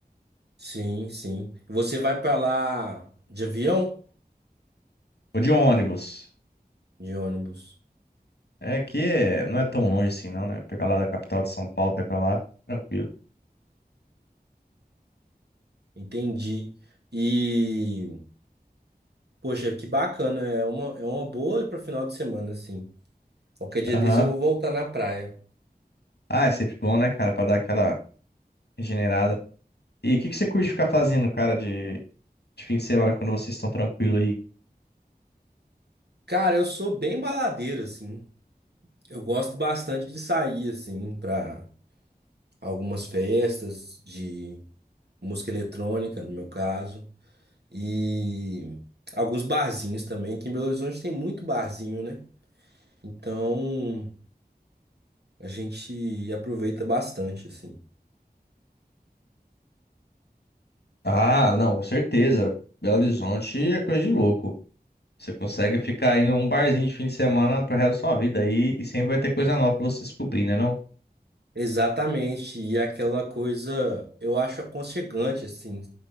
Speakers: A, on the right (about 85°); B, on the left (about 85°).
A: Sim, sim. Você vai pra lá de avião?
B: Ou de ônibus.
A: De ônibus.
B: É aqui é- não é tão longe assim, não, né? Pegar lá da capital de São Paulo, pegar lá, tranquilo.
A: Entendi. E. Poxa, que bacana. É uma, é uma boa para final de semana, assim. Qualquer dia
B: Aham.
A: desse eu vou voltar na praia.
B: Ah, é sempre bom, né, cara, pra dar aquela regenerada. E o que que você curte ficar fazendo, cara, de, de fim de semana quando vocês estão tranquilo aí?
A: Cara, eu sou bem baladeiro, assim. Eu gosto bastante de sair, assim, pra algumas festas de música eletrônica, no meu caso. E alguns barzinhos também. Aqui em Belo Horizonte tem muito barzinho, né? Então a gente aproveita bastante, assim.
B: Ah, não, com certeza. Belo Horizonte é coisa de louco. Você consegue ficar indo a um barzinho de fim de semana pro resto da sua vida aí e sempre vai ter coisa nova pra você descobrir, né, não?
A: Exatamente, e aquela coisa, eu acho aconchegante, assim,